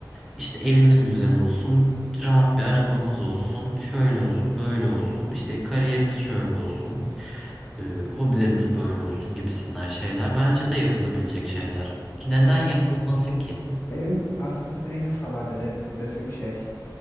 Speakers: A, in the centre; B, on the left (about 35°).
A: İşte evimiz güzel olsun, rahat bir arabamız olsun, şöyle olsun, böyle olsun, işte kariyerimiz şöyle olsun, e, hobilerimiz böyle olsun gibisinden şeyler bence de yapılabilecek şeyler. Ki neden
B: Ya
A: yapılmasın ki?
B: benim aslında en kısa vadeli hed- hedefim şey.